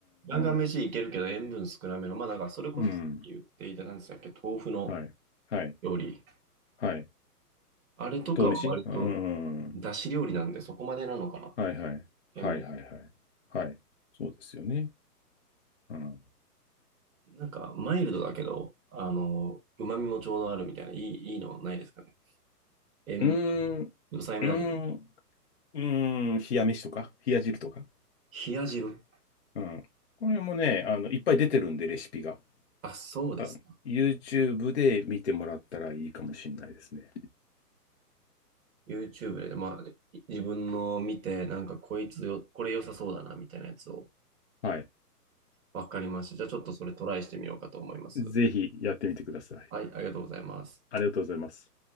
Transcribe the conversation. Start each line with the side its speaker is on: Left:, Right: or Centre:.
Right: ガンガン飯いけるけど塩分少なめの、
Left: ん。
Right: まあなんか、それこそさっき言っていただいたんでしたっけ、
Left: うん。
Right: 豆腐の
Left: はい。はい。
Right: 料理。
Left: はい。
Right: あれとかは割と、
Left: 豆飯うん。
Right: 出汁料理なんでそこまでなのかなっていう、
Left: はいはい。
Right: 塩分は。
Left: はいはいはい。はい。そうですよね。うん。う
Right: なんか、マイルドだけど、あの、旨味もちょうどあるみたいな、いい、いいのないですかね。塩、
Left: ーん。うーん。
Right: 抑えめだけど。
Left: うーん。冷や飯とか、冷や汁とか。
Right: 冷や汁。
Left: うん。これもね、あの、いっぱい出てるんで、レシピが。
Right: あ、そうですか。
Left: あ、YouTube で見てもらったらいいかもしれないですね。
Right: YouTube で、まあ、自分の見て、なんかこいつよ、これ良さそうだな、みたいなやつを、
Left: はい。
Right: わかりました。じゃあちょっとそれトライしてみようかと思います。
Left: ぜひやってみてください。
Right: はい、ありがとうございます。
Left: ありがとうございます。